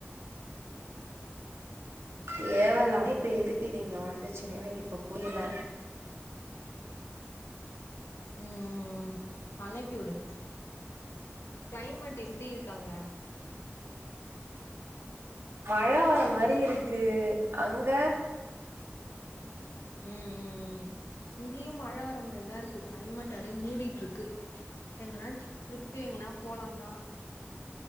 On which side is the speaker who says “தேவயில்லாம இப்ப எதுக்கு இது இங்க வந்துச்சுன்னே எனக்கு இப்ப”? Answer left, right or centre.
Right